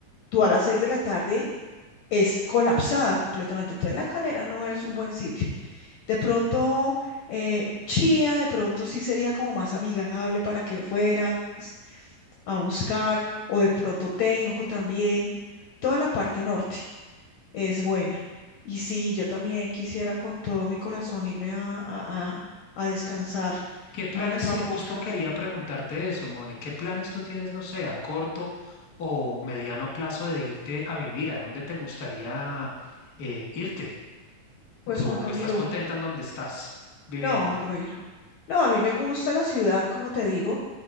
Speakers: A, on the left; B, on the left.
A: tú a las 6 de la tarde es colapsada completamente, entonces la calera no es un buen sitio. De pronto, eh, Chía, de pronto sí sería como más amigable para que fueras a buscar, o de pronto Tenjo también. Toda la parte norte es buena. Y sí, yo también quisiera con todo mi corazón irme a, a- a- a descansar
B: ¿Qué planes,
A: al campo
B: eh, justo
A: un rato.
B: quería preguntarte eso, Moni, qué planes tú tienes, no sé, a corto o mediano plazo de irte a vivir? ¿A dónde te gustaría eh, irte?
A: Pues
B: ¿O
A: Juan Camilo,
B: estás contenta en donde estás viviendo?
A: no, Juan Camilo. No, a mí me gusta la ciudad, como te digo.